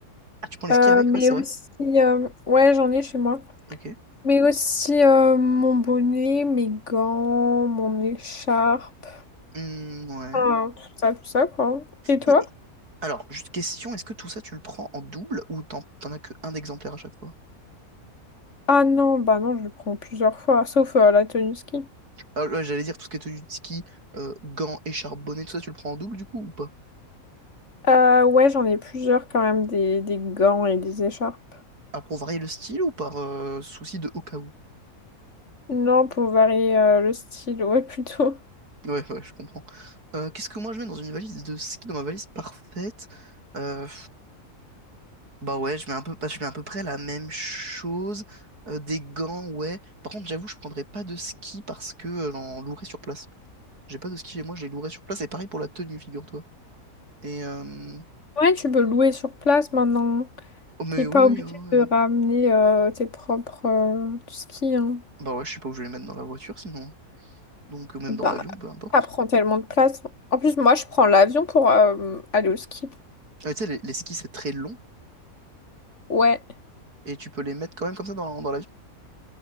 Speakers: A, on the right; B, on the left.
A: Ah, tu prends les skis
B: Euh,
A: avec?
B: mais
A: Ouais, c'est
B: aussi,
A: vrai.
B: euh, ouais, j'en ai chez moi.
A: Ok.
B: Mais aussi euh, mon bonnet, mes gants, mon écharpe,
A: Hmm, ouais.
B: enfin, tout ça, tout ça, quoi. Et toi?
A: Et Alors, juste question, est-ce que tout ça tu le prends en double ou t'en t'en as qu'un exemplaire à chaque fois?
B: Ah non, bah non, je le prends plusieurs fois, sauf euh, la tenue ski.
A: Ah, ouais, j'allais dire tout ce qui est tenue de ski, euh, gants, écharpe, bonnet, tout ça tu le prends en double du coup ou pas?
B: Euh, ouais, j'en ai plusieurs quand même, des, des gants et des écharpes.
A: Ah, pour varier le style ou par euh, souci de au cas où?
B: Non, pour varier euh, le style, ouais, <laughs> plutôt.
A: Ouais, ouais, je comprends. Euh, qu'est-ce que moi je mets dans une valise de ski, dans ma valise parfaite? Euh, bah ouais, je mets un peu, bah, je mets à peu près la même chose. Euh, des gants, ouais. Par contre, j'avoue, je prendrais pas de ski parce que euh, j'en louerais sur place. J'ai pas de ski chez moi, je les louerais sur place. Et pareil pour la tenue, figure-toi. Et euh,
B: Ouais, tu peux louer sur place maintenant.
A: Oh, mais
B: T'es pas
A: oui, oui,
B: obligé
A: ouais,
B: de
A: ouais.
B: ramener euh, tes propres euh, skis, hein.
A: Bah ouais, je sais pas où je vais les mettre dans la voiture sinon. hein. Donc, ou même
B: Bah,
A: dans l'avion, peu importe.
B: ça prend tellement de place. En plus, moi, je prends l'avion pour euh, aller au ski.
A: Ah, mais tu sais, les, les skis, c'est très long
B: Ouais.
A: et tu peux les mettre quand même comme ça dans, dans l'avion.